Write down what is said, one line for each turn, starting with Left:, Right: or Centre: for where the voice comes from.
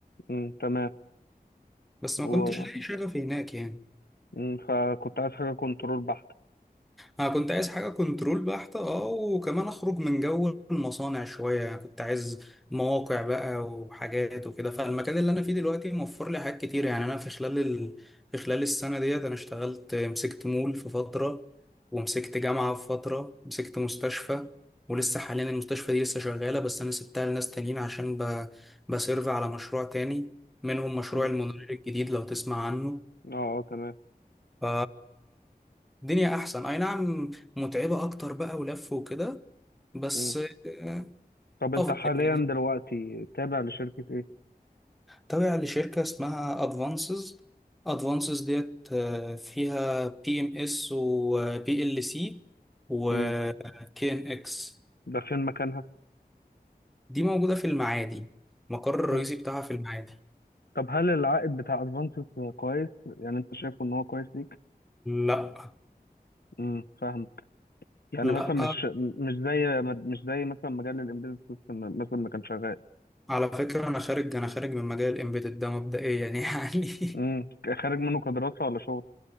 Left: امم تمام
Centre: بس ما
Left: و
Centre: كنتش لاقي شغف هناك يعني
Left: امم فكنت عايز حاجة كنترول بحت
Centre: انا كنت عايز حاجه كنترول بحته اه وكمان اخرج من جو المصانع شويه يعني كنت عايز مواقع بقى وحاجات وكده فالمكان اللي انا فيه دلوقتي موفر لي حاجات كتير يعني انا في خلال ال... في خلال السنه ديت انا اشتغلت مسكت مول في فتره ومسكت جامعه في فتره مسكت مستشفى ولسه حاليا المستشفى دي لسه شغاله بس انا سبتها لناس تانيين عشان ب... بسيرف على مشروع تاني منهم مشروع
Left: امم
Centre: المونوريل الجديد لو تسمع عنه
Left: اه اه تمام
Centre: ف الدنيا احسن اي نعم متعبة اكتر بقى ولف وكده بس
Left: امم
Centre: آه،
Left: طب انت
Centre: افضل
Left: حاليا
Centre: يعني
Left: دلوقتي تابع لشركة ايه؟
Centre: تابع لشركة اسمها ادفانسز ادفانسز ديت آه، فيها بي ام اس وبي ال سي وكي
Left: امم
Centre: ان اكس
Left: ده فين مكانها؟
Centre: دي موجودة في المعادي المقر الرئيسي
Left: امم
Centre: بتاعها في المعادي
Left: طب هل العائد بتاع ادفانسز كويس؟ يعني انت شايفه ان هو كويس ليك؟
Centre: لا
Left: امم فاهم يعني
Centre: لا
Left: مثلا مش مش زي مش زي مثلا مجال الامبيدد سيستم مثلا ما كان شغال
Centre: على فكرة انا خارج انا خارج من مجال الامبيدد ده مبدئيا يعني
Left: امم
Centre: <laughs>
Left: خارج منه كدراسه ولا شغل